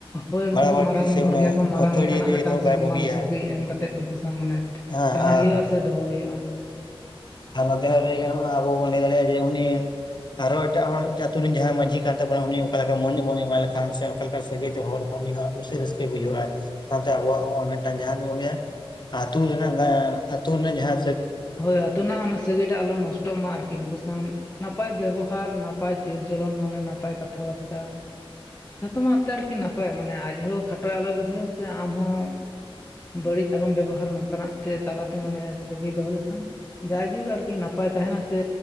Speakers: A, on the left (about 15°); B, on the left (about 50°).
A: ᱦᱳᱭ ᱩᱱᱠᱩ
B: ᱵᱟᱲᱟ
A: ᱫᱚ
B: ᱵᱟᱹᱲᱛᱤ
A: ᱢᱟᱨᱟᱝ
B: ᱥᱮ
A: ᱦᱚᱲ
B: ᱩᱱᱟᱹᱜ
A: ᱜᱮᱭᱟ ᱠᱚ ᱢᱟᱨᱟᱝ
B: ᱟᱹᱛᱷᱟᱹᱲᱤ
A: ᱞᱮᱠᱟᱱᱟᱜ
B: ᱨᱟᱹᱭ
A: ᱢᱤᱫᱴᱟᱝ
B: ᱫᱚ ᱵᱟᱭ
A: ᱥᱚᱱᱢᱟᱱ
B: ᱵᱩᱜᱤᱭᱟ
A: ᱥᱟᱹᱜᱟᱹᱭ ᱮᱢ ᱠᱟᱛᱮᱫ ᱩᱱᱠᱩ ᱥᱟᱶ ᱢᱟᱱᱮ
B: ᱦᱮᱸ
A: ᱛᱟᱦᱮᱸ
B: ᱟᱨ
A: ᱦᱩᱭᱩᱜᱼᱟ ᱥᱮ ᱫᱚᱦᱚ ᱦᱩᱭᱩᱜ-ᱟ᱾
B: ᱟᱨ ᱱᱚᱛᱮ ᱦᱚ ᱞᱟᱹᱭ ᱜᱟᱱᱚᱜ-ᱟ ᱟᱵᱚ ᱵᱟᱱ ᱞᱟᱹᱭ ᱫᱟᱲᱮ ᱡᱮ ᱩᱱᱤ ᱟᱨᱷᱚ ᱮᱴᱟᱜ ᱦᱚᱲ ᱟᱛᱩ ᱨᱮᱱ ᱡᱟᱦᱟᱸᱭ ᱢᱟᱺᱡᱷᱤ ᱠᱟᱱ ᱛᱟᱵᱚᱱᱟ ᱩᱱᱤ ᱚᱱᱠᱟ ᱞᱮᱠᱟ ᱢᱟᱹᱱᱮ ᱵᱚᱱ ᱮᱢᱟᱭ ᱞᱮᱠᱷᱟᱱ ᱥᱮ ᱚᱱᱠᱟ ᱞᱮᱠᱟ ᱥᱟᱹᱜᱟᱹᱭ ᱛᱮ ᱦᱚᱲ ᱩᱱᱤ ᱦᱚᱸ ᱠᱩᱥᱤ ᱨᱟᱹᱥᱠᱟᱹᱭ ᱵᱩᱡᱷᱟᱹᱣᱟ᱾ ᱥᱟᱶᱛᱮ ᱟᱵᱚᱣᱟᱜ ᱦᱚᱸ ᱢᱤᱫᱴᱟᱱ ᱡᱟᱦᱟᱸ ᱫᱚ ᱩᱱᱤ ᱟᱜ ᱟᱹᱛᱩ ᱨᱮᱱᱟᱜ ᱜᱟᱭᱟᱱ ᱟᱹᱛᱩ ᱨᱮᱱᱟᱜ ᱡᱟᱦᱟ
A: ᱦᱳᱭ ᱟᱹᱛᱩ ᱨᱮᱱᱟᱜ ᱚᱱᱟ ᱥᱟᱹᱜᱟᱹᱭ ᱴᱟᱜ ᱟᱞᱚ ᱱᱚᱥᱴᱚᱜ ᱢᱟ ᱟᱨᱠᱤ ᱩᱱᱠᱩ ᱥᱟᱶ ᱱᱟᱯᱟᱭ ᱵᱮᱵᱚᱦᱟᱨ ᱱᱟᱯᱟᱭ ᱪᱟᱹᱞᱪᱚᱞᱚᱱ ᱢᱟᱱᱮ ᱱᱟᱯᱟᱭ ᱠᱟᱛᱷᱟ ᱵᱟᱛᱨᱟ ᱡᱷᱚᱛᱚᱢᱟᱜ ᱛᱮ ᱟᱨᱠᱤ ᱱᱟᱯᱟᱭ ᱢᱟᱱᱮ ᱟᱡ ᱦᱚᱸ ᱠᱷᱟᱴᱚ ᱟᱞᱚᱭ ᱵᱩᱡᱷᱟᱹᱣ ᱥᱮ ᱟᱢ ᱦᱚᱸ ᱵᱟᱹᱲᱤᱡ ᱟᱞᱚᱢ ᱵᱮᱵᱚᱦᱟᱨ ᱱᱚᱝᱠᱟᱱᱟᱜ ᱛᱮ ᱛᱟᱞᱟᱛᱮ ᱢᱟᱱᱮ ᱥᱟᱹᱜᱟᱹᱭ ᱫᱚᱦᱚ ᱡᱟᱭᱡᱩᱜᱽ ᱟᱨᱠᱤ ᱱᱟᱯᱟᱭ ᱛᱟᱦᱮᱱᱟ ᱥᱮ